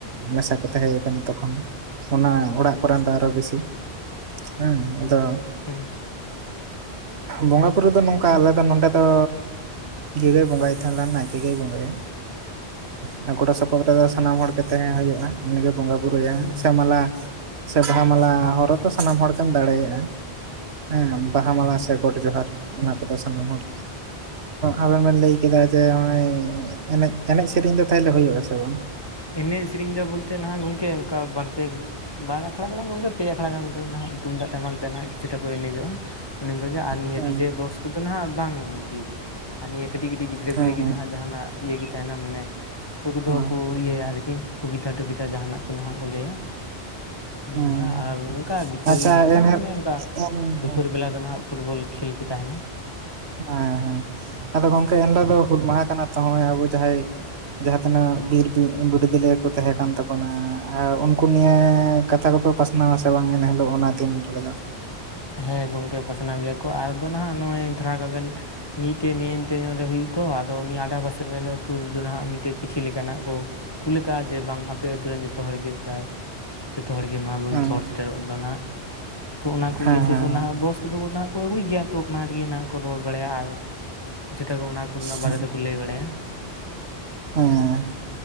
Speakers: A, on the right (about 70°); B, on the left (about 25°).
A: ᱢᱮᱥᱟ ᱠᱚ ᱛᱟᱦᱮᱸ ᱠᱟᱱᱟ ᱛᱚᱠᱷᱚᱱ ᱚᱱᱟ ᱚᱲᱟᱜ
B: ᱟᱪᱪᱷᱟ
A: ᱠᱚᱨᱮᱱ ᱫᱚ ᱟᱨᱚ ᱵᱮᱥᱤ ᱦᱩᱸ
B: ᱦᱮᱸ
A: ᱟᱫᱚ
B: ᱦᱮᱸ
A: ᱵᱚᱸᱜᱟ ᱵᱩᱨᱩ ᱫᱚ ᱱᱚᱝᱠᱟ ᱟᱞᱮ ᱫᱚ ᱱᱚᱰᱮ ᱫᱚ, ᱤᱭᱟᱹ ᱜᱮᱭ ᱵᱚᱸᱜᱟᱭ ᱛᱟᱦᱮᱱᱟ ᱱᱟᱭᱠᱮ ᱜᱮᱭ ᱵᱚᱸᱜᱟᱭᱟ᱾ ᱦᱮᱸ ᱜᱚᱲᱚ ᱥᱚᱯᱚᱦᱚᱫ ᱨᱮᱫᱚ ᱥᱟᱱᱟᱢ ᱦᱚᱲ ᱜᱮ ᱛᱟᱦᱮᱸ ᱦᱩᱭᱩᱜᱼᱟ᱾ ᱚᱱᱤᱜᱮ ᱵᱚᱸᱜᱟ ᱵᱩᱨᱩᱭᱟ
B: ᱦᱮᱸ
A: ᱥᱮ ᱢᱟᱞᱟ ᱥᱮ ᱵᱟᱦᱟ ᱢᱟᱞᱟ ᱦᱚᱨᱚᱜ ᱥᱟᱱᱟᱢ ᱦᱚᱲ ᱜᱮᱢ ᱫᱟᱲᱮᱭᱟᱜᱼᱟ ᱦᱮᱸ ᱵᱟᱦᱟ ᱢᱟᱞᱟ
B: ᱦᱮᱸ
A: ᱥᱮ ᱜᱚᱰ ᱡᱚᱦᱟᱨ ᱚᱱᱟ ᱠᱚᱫᱚ ᱥᱟᱱᱟᱢ ᱦᱚᱲ ᱟᱵᱮᱱ ᱵᱮᱱ ᱞᱟᱹᱭ ᱠᱮᱫᱟ ᱡᱮ ᱱᱚᱜ-ᱚᱭ ᱮᱱᱮᱡ ᱮᱱᱮᱡ ᱥᱮᱨᱮᱧ ᱫᱚ ᱛᱟᱦᱚᱞᱮ ᱦᱩᱭᱩᱜ ᱟ ᱥᱮ ᱵᱟᱝ
B: ᱮᱱᱮᱡ ᱥᱮᱨᱮᱧ ᱫᱚ ᱵᱚᱞᱛᱮ ᱱᱟᱦᱟᱜ ᱜᱚᱢᱠᱮ ᱚᱱᱠᱟ ᱵᱟᱨ ᱯᱮ ᱵᱟᱨ ᱟᱠᱷᱲᱟ ᱫᱚ ᱵᱟᱝ ᱜᱚᱢᱠᱮ ᱯᱮ ᱟᱠᱷᱲᱟ ᱜᱟᱱ ᱱᱟᱦᱟᱜ ᱛᱩᱢᱫᱟᱜ ᱴᱟᱢᱟᱠ ᱛᱮ ᱱᱟᱦᱟᱜ ᱠᱤᱪᱷᱩᱴᱟ ᱠᱚ ᱮᱱᱮᱡᱟᱜᱼᱟ ᱚᱱᱮ ᱚᱱᱠᱟᱜᱮ ᱟᱨ ᱱᱤᱭᱟᱹ
A: ᱦᱮᱸ
B: ᱰᱤᱡᱮ ᱵᱚᱠᱥ ᱠᱚᱫᱚ ᱱᱟᱜ ᱵᱟᱝ ᱜᱮ ᱟᱨ ᱱᱤᱭᱟᱹ ᱠᱟᱹᱴᱤᱡ ᱠᱟᱹᱴᱤᱡ ᱜᱤᱫᱽᱨᱟᱹ
A: ᱦᱮᱸ
B: ᱠᱚ ᱞᱟᱹᱜᱤᱫ ᱱᱟᱜ ᱡᱟᱸᱦᱟᱱᱟᱜ ᱤᱭᱟᱹ ᱜᱮ ᱛᱟᱦᱮᱱᱟ ᱢᱟᱱᱮ ᱚᱠᱚᱭ ᱠᱚᱫᱚ
A: ᱦᱮᱸ
B: ᱠᱚ ᱤᱭᱟᱹᱭᱟ ᱟᱨᱠᱤ ᱠᱚᱵᱤᱛᱟ ᱴᱚᱵᱤᱛᱟ ᱡᱟᱦᱟᱱᱟᱜ ᱠᱚ ᱱᱟᱜ ᱠᱚ ᱞᱟᱹᱭᱟ ᱱᱚᱝᱠᱟ
A: ᱦᱮᱸ
B: ᱟᱨ ᱱᱚᱝᱠᱟ ᱵᱤᱠᱮᱞ
A: ᱟᱪᱪᱷᱟ
B: ᱫᱚ ᱵᱟᱝ
A: ᱮᱱᱦᱤᱞᱳᱜ
B: ᱢᱟᱱᱮ ᱚᱱᱠᱟ
A: ᱦᱮᱸ
B: ᱫᱩᱯᱩᱨ ᱵᱮᱞᱟ ᱫᱚ ᱱᱟᱜ ᱯᱷᱩᱴᱵᱚᱞ ᱠᱷᱮᱞ ᱠᱚ ᱛᱟᱸᱦᱮᱱᱟ
A: ᱦᱮᱸ ᱦᱮᱸ ᱟᱫᱚ ᱜᱚᱝᱠᱮ ᱮᱱ ᱦᱤᱞᱚᱜ ᱫᱚ ᱦᱩᱞ ᱢᱟᱦᱟ ᱠᱟᱱᱟ ᱛᱚ ᱱᱚᱜ-ᱚᱭ ᱟᱵᱚ ᱡᱟᱦᱟᱸᱭ ᱡᱟᱦᱟᱸ ᱛᱤᱱᱟᱹᱜ ᱵᱤᱨ ᱵᱤᱨᱫᱟᱹᱞᱤᱭᱟᱹ ᱠᱚ ᱛᱟᱦᱮᱸ ᱠᱟᱱ ᱛᱟᱵᱚᱱᱟ ᱟᱨ ᱩᱱᱠᱩ ᱱᱤᱭᱟᱹ ᱠᱟᱛᱷᱟ ᱠᱚᱯᱮ ᱯᱟᱥᱱᱟᱣᱟ ᱥᱮ ᱵᱟᱝ ᱮᱱ ᱦᱤᱞᱳᱜ ᱚᱱᱟ ᱫᱤᱱ ᱨᱮᱫᱚ
B: ᱦᱮᱸ ᱜᱚᱝᱠᱮ ᱯᱟᱥᱱᱟᱣ ᱜᱮᱭᱟ ᱠᱚ ᱟᱫᱚ ᱱᱟᱜ ᱱᱚᱜᱼᱚᱭ ᱫᱷᱟᱨᱟ ᱠᱟᱜᱼᱵᱮᱱ ᱢᱤᱫᱴᱮᱡ ᱱᱮᱱᱛᱮ ᱧᱚᱜ ᱨᱮ ᱦᱩᱭᱩᱜ ᱛᱚ ᱟᱫᱚ ᱩᱱᱤ ᱟᱸᱰᱟ ᱯᱟᱥᱮ ᱨᱮᱱ ᱟᱹᱛᱩ ᱨᱮᱫᱚ ᱱᱟᱦᱟᱸᱜ ᱢᱤᱫᱴᱮᱱ ᱪᱤᱴᱷᱤ ᱞᱮᱠᱟᱱᱟᱜ ᱠᱚ ᱠᱩᱞ ᱠᱟᱜ-ᱟ ᱡᱮ ᱵᱟᱝ ᱟᱯᱮ ᱟᱛᱩ ᱨᱮᱱ ᱡᱚᱛᱚ ᱦᱚᱲ ᱜᱮ ᱯᱨᱟᱭ ᱡᱚᱛᱚ ᱦᱚᱲ ᱜᱮ ᱢᱟ ᱵᱳᱱ
A: ᱦᱮᱸ
B: ᱥᱚᱦᱚᱨᱼᱼ ᱥᱮᱴᱮᱨᱚᱜ ᱫᱚ ᱱᱟᱜ ᱛᱚ ᱚᱱᱟ ᱠᱚ
A: ᱦᱮᱸ
B: ᱤᱭᱟᱹ ᱛᱮᱫᱚ ᱱᱟᱦᱟᱜ ᱵᱚᱠᱥ ᱩᱱᱠᱩ ᱫᱚ ᱠᱚ ᱟᱹᱜᱩᱭ ᱜᱮᱭᱟ ᱛᱚ ᱚᱱᱟ ᱨᱮᱜᱮ ᱱᱟᱜ ᱠᱚ ᱨᱚᱲ ᱵᱟᱲᱟᱭᱟ ᱟᱨ ᱠᱤᱪᱷᱩᱴᱟ ᱜᱮ ᱚᱱᱟ ᱠᱳᱨᱳᱱᱟ
A: ᱦᱮᱸ
B: ᱵᱟᱨᱮ ᱛᱮᱠᱚ ᱞᱟᱹᱭ ᱵᱟᱲᱟᱭᱟ
A: ᱦᱮᱸ